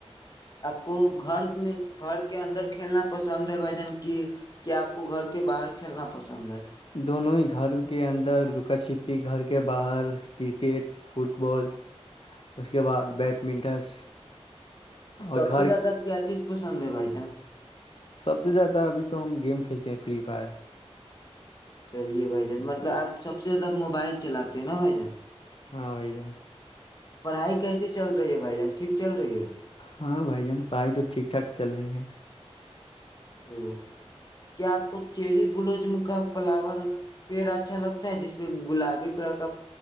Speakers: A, on the left; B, on the left.
A: آپ کو گھر میں گھر کے اندر کھیلنا پسند ہے بھائی جان کی کیا آپ کو گھر کے باہر کھیلنا پسند ہے
B: دونوں ہی گھر کے اندر لکا چھپی گھر کے باہر کرکٹ فٹ بالز اس کے بعد بیٹمنٹس اور
A: سب
B: گھر
A: سے زیادہ کیا چیز پسند ہے بھائی جان
B: سب سے زیادہ ابھی تو ہم گیم کھیلتے ہیں فری فائر
A: چلیے بھائی جان مطلب آپ سب سے زیادہ موبائل چلاتے ہیں نا بھائی جان
B: ہاں بھائی جان
A: پڑھائی کیسے چل رہی ہے بھائی جان ٹھیک چل رہی ہے
B: ہاں بھائی جان پڑھائی تو ٹھیک ٹھاک چل رہی ہے
A: <inaudible> کیا آپ کو چیری بلوزم کا فلاور پیڑ اچھا لگتا ہے جس میں گلابی کلر کا